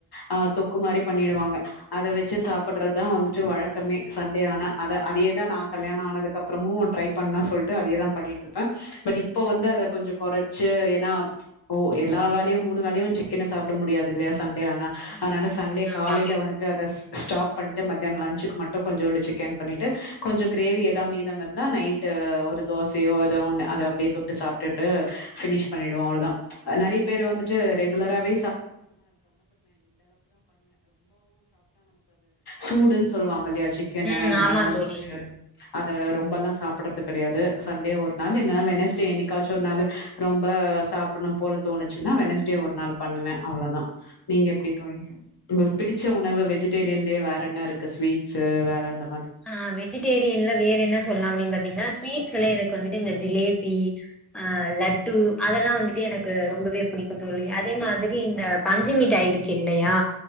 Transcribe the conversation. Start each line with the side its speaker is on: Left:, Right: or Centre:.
Left: அ தொக்கு மாரி பண்ணிடுவாங்க அத வச்சு சாப் பண்றத்தா வந்துட்டு வழக்கமே சண்டே ஆனா அத அதேதா நா கல்யாண ஆனதுக்கப்றமு ட்ரை பண்ணா சொல் ன்ட்டு அதேதா பண்ணிட்ருப்பே பட் இப்போ வந்து அத கொஞ்ச கொறச்சு ஏனா ஓ எல்லா வேலையும் மூனு வேலையு சிக்கன சாப்ட முடியாது இல்லையா சண்டே ஆனா
Centre: ம்
Left: அதனால
Centre: ம்
Left: சண்டே
Centre: ம், ஆமா
Left: காலைல வந்துட்டு அத ஸ் ஸ்டாப் பண்ட்டு மத்யான் லஞ்சுக்கு மட்டு கொஞ்சூண்டு சிக்கன் பண்ணிட்டு கொஞ்ச கிரேவி எதா மீதம் இருந்தா நைட்டு அ ஒரு தோசையோ எதோ ஒன்னு அத அப்டியே தொட்டு சாப்ட்டுட்டு பினிஷ் பண்ணிடுவோ அவ்ளோதா நெறையப் பேர் வந்து ட்டு ரெகுலராவே சூடுன் சொல்வாங்கில்யா சிக்கன
Centre: ம்
Left: அதனால
Centre: ஆமா
Left: வந்து
Centre: தோழி
Left: அ த ரொம்பல்லா சாப்பிடறது கெடையாது சண்டே ஒரு நாள் இல்லனா வென்னஸ்டே எண்ணிக்காச்சோ ஒரு நாளு ரொம்ப அ சாப்பின்னும் போல தோணுச்சுனா வென்னஸ் டே ஒரு நாள் பண்ணுவே அவ்ளோதா நீங்க எப்டித் தோழி உங்ளுக்கு பிடிச்ச உணவு வெஜிடேரியன்லியே வேற என்னருக்கு ஸ்வீட்ஸ்சு வேறெந்த
Centre: அ வெஜிடேரியன்ல வேற என்ன சொல்லா அப்டின் பாத்தீங்னா ஸ்வீட் ல எனக்கு வந்துட்டு இந்த ஜிலேபி அ லட்டு அதெல்லா வந்துட்டு எனக்கு ரொம்பவே புடிக்கு தோ ழி அதே மாதிரி இந்த பஞ்சுமிட்டாய் இருக்கு இல்லையா